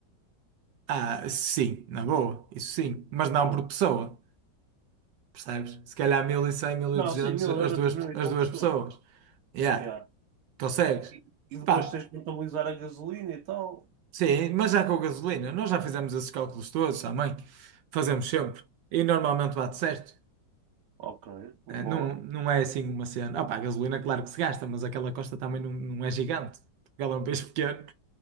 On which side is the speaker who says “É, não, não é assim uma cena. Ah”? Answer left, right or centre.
Right